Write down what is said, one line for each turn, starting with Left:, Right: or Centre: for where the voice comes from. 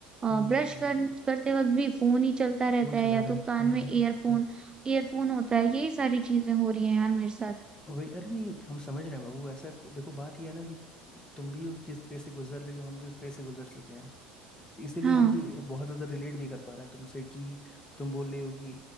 Right: और
Left: हम्म, हम्म,
Right: ब्रश
Left: हम्म, हम्म, हम्म,
Right: कर,
Left: हम्म,
Right: करते वक्त भी फोन ही चलता रहता
Left: फोन
Right: है
Left: चला
Right: या
Left: रहे
Right: तो
Left: हैं
Right: कान
Left: हम्म
Right: में
Left: हम्म
Right: ईयरफोन
Left: हम्म, हम्म, हम्म, हम्म।
Right: ईयरफोन होता है यही सारी चीजें हो रही हैं यार मेरे साथ
Left: वही अरे नहीं हम समझ रहे हैं बाबू ऐसा देखो बात ये है ना कि तुम भी उस जिस पे से गुजर रही हो हम भी उस पे से गुजर चुके हैं इसीलिए
Right: हाँ
Left: हम भी बहुत ज़्यादा रिलेट भी कर पा रहे हैं तुमसे कि तुम बोल रही हो कि